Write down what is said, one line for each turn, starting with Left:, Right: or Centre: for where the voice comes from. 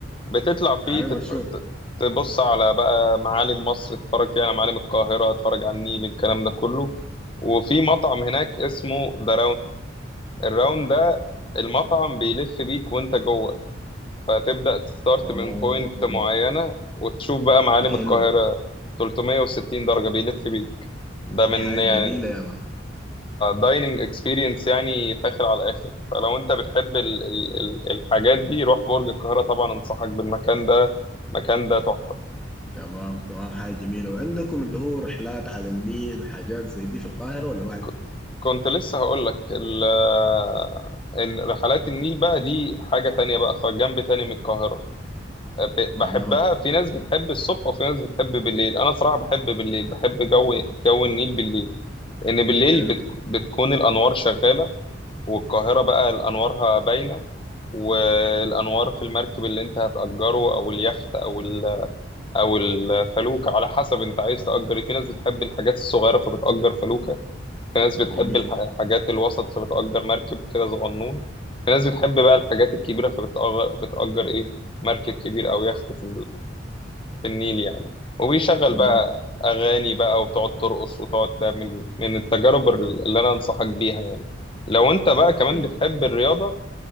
Left: بتطلع فيه
Centre: اي
Left: تتف...
Centre: مشهور
Left: ت- تبص على بقى معالم مصر تتفرج فيها على معالم القاهرة تتفرج على النيل الكلام ده كله وفي مطعم هناك اسمه ذا الراوند ده المطعم بيلف بيك وانت جوه فتبدأ تستارت
Centre: اوه
Left: من بوينت معينة وتشوف بقى معالم
Centre: دي حلوة
Left: القاهرة 360 درجة بيلف بيك ده من
Centre: دي حاجة
Left: يعني
Centre: جميلة يا مان
Left: دايننج اكسبيرينس يعني فاخر على الاخر فلو انت بتحب ال ال ال الحاجات دي روح برج القاهرة طبعا انصحك بالمكان ده المكان ده تحفة
Centre: تمام تمام حاجة جميلة وعندكم اللي هو رحلات على النيل وحاجات زي دي في القاهرة ولا ما عندكم
Left: ك- كنت لسه هقول لك ال- آه، ان رحلات النيل بقى دي حاجة تانية بقى خ- جنب تاني من القاهرة ب-
Centre: تمام
Left: بحبها في ناس بتحب الصبح وفي ناس بتحب بالليل انا صراحة بحب بالليل بحب جو جو النيل بالليل لان بالليل
Centre: حلو
Left: بت... بتكون الانوار شغالة والقاهرة بقى الانوارها باينة والانوار في المركب اللي انت هتأجره او اليخت او ال... او الفلوكة على حسب انت عايز تأجر إيه. في ناس بتحب الحاجات الصغيرة فبتأجر فلوكة في ناس بتحب
Centre: جميل
Left: الح- الحاجات الوسط فبتأجر مركب كده صغنون في ناس بتحب بقى الحاجات الكبيرة فبتأجر بتأجر ايه مركب كبير او يخت في في النيل يعني وبيشغل
Centre: تمام
Left: بقى أغاني بقى وتقعد ترقص وتقعد تعمل من التجارب اللي أنا أنصحك بيها يعني لو أنت بقى كمان
Centre: حلو
Left: بتحب الرياضة